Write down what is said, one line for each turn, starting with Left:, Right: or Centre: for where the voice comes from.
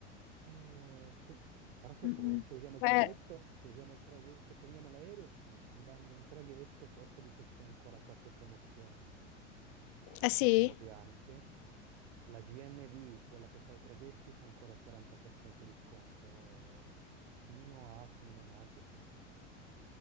Right: Eh, sì, però se,
Left: Mm.
Right: pre- se usiamo il traghetto,
Left: Eh,
Right: se usiamo il traghe- se prendiamo l'aereo, sì, ma andando in traghetto, forse visto ci sono ancora qualche promozione, eh,
Left: ah sì?
Right: se ci muoviamo, sì. La GNV, quella che fa i traghetti, fa ancora il 40% di sconto fino a fine maggio, se non sbaglio.